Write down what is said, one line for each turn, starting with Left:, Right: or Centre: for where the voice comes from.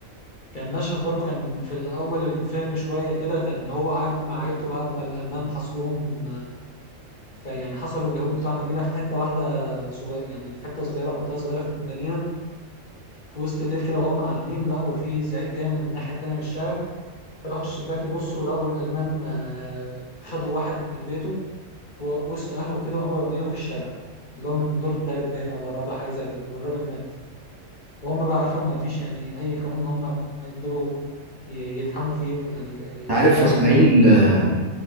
Left: كان مشهد برضو كان في الاول الفيلم شويه كده كان هو قاعد مع عيلته بعد ما الالمان حصروهم فيعني حصروا اليهود بتوع المدينة في حتة واحدة صغيرة يعني في حتة صغيرة منطقة صغيرة في المدينة في وسط الليل كده وهم قاعدين لقوا في زعيق جاي من الناحية التانية من الشارع فتحوا الشباك يبصوا لقوا الألمان آه، خدوا واحد من بيته في وسط أهله كده وقاموا رامينه في الشارع اللي هو من الدور التالت باين ولا الرابع حاجة زي كده والراجل مات وهم بقى عرفوا إن مفيش يعني أي قانون هم يقدروا ي- يتحموا فيه يعني
Right: عارف
Left: الحاجة الوحيدة
Right: يا إسماعيل
Left: اللي هم
Right: آه،
Left: يقدروا يعملوها